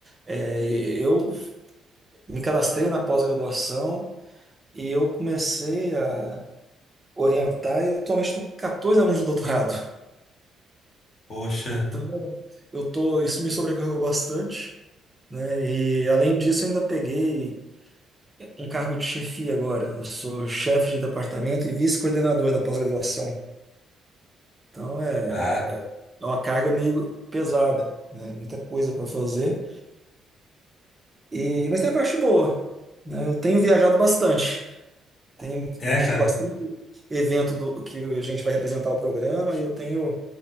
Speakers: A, on the right; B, on the left.
A: é, eu me cadastrei na pós-graduação e eu comecei a orientar, e eu atualmente estou com 14 alunos de doutorado.
B: Poxa.
A: Então, eu tô, isso me sobrecarregou bastante, né? E além disso, eu ainda peguei um cargo de chefia agora. Eu sou chefe de departamento e vice-coordenador da pós-graduação. Então, é,
B: Bah.
A: é é uma carga meio pesada, né? Muita coisa para fazer. E, mas tem a parte boa, né? Eu tenho viajado bastante. Tenho
B: É,
A: tido
B: cara.
A: bastante evento do que a gente vai representar o programa e eu tenho